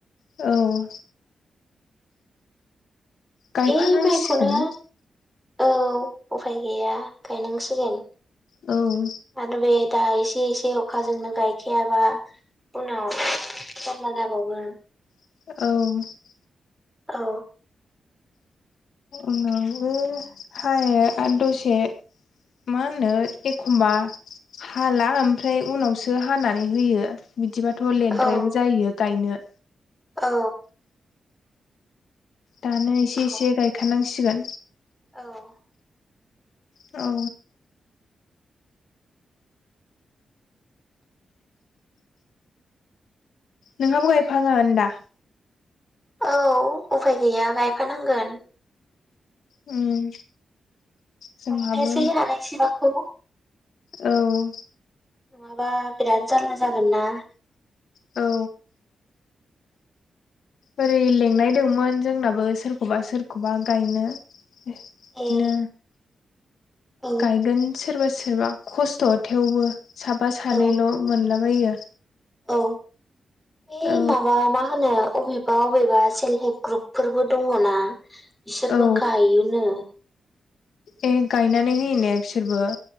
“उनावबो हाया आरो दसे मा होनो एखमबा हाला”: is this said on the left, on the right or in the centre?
Left